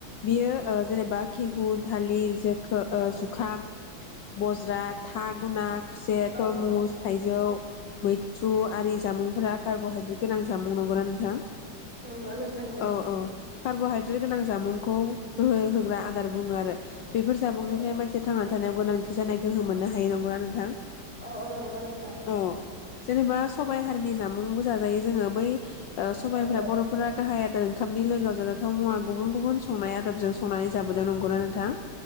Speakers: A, on the left (about 65°); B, in the centre.
A: बियो ओ जेनेबा खेहु थालिर जो खो ओ
B: औ
A: जुखाम बज्रा था गुना खुसेर,
B: औ
A: तरमुस,
B: औ
A: थाइजौ मैथ्रु आरि जामुंफोरा कार्ब'हाइद्रेट गोनां जामुं। नंगौना नोंथां?
B: नंगौ नोंथां नंगौ
A: औ औ कार्ब'हाइद्रेट गोनां जामुंखौ गोहो होग्रा आदार बुङो आरो। बेफोर जाबुंनिफ्राय
B: औ
A: मानसिया थांना थानायाव गोनांथि जानाय गोहो मोननो हायो नंगौना नोंथां।
B: औ अ नंगौ नोंथां।
A: औ जेनेबा सबाइ हारिनि जाब मुंबो जाजायो जोङो बै ओ सबायफोरा
B: औ औ
A: ओ बर'फोरा गाहाय आ ओंखामनि लोगोआव जाजाथाव मुवा गुबुन गुबुन संनाय आदबजों संनानै जाबोदों नंगौना नोंथां।